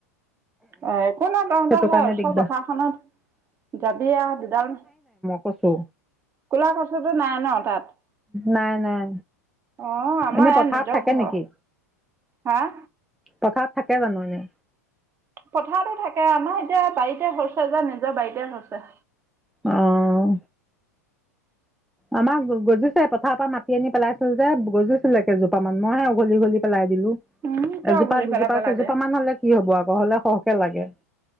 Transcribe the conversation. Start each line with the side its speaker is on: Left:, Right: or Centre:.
Right: অ একো ন ত
Centre: সেইটো
Right: সে
Centre: কাৰণে
Right: ওচৰ
Centre: দিগদাৰ
Right: পথাৰখনত যাবি আহ দুডাল
Centre: কচু
Right: ক'লা কছৰটো নাই ন তাত
Centre: নাই নাই
Right: আহ আমাৰ
Centre: এনে
Right: ইয়াত
Centre: পথাৰত
Right: নিজৰ
Centre: থাকে
Right: ঘৰ
Centre: নেকি
Right: হাঁ
Centre: পথাৰত থাকে জানো এনে
Right: পথাৰতো থাকে আমাৰ এতিয়া বাৰীতে হৈছে যে নিজৰ বাৰীতে হৈছে
Centre: আহ, আমাক গজিছে পথাৰৰ পৰা মাতি আনি পেলাইছিলো যে, গজিছিল কেইজোপা মান মইহে উঘলি-উঘলি পেলাই দিলো।
Right: উম কিয়
Centre: এজোপা
Right: উঘালি
Centre: দুজোপা
Right: পেলাব
Centre: কেইজোপা
Right: লাগে।
Centre: মান হ'লে কি হ'ব? আকৌ হ'লে সহ এক লাগে।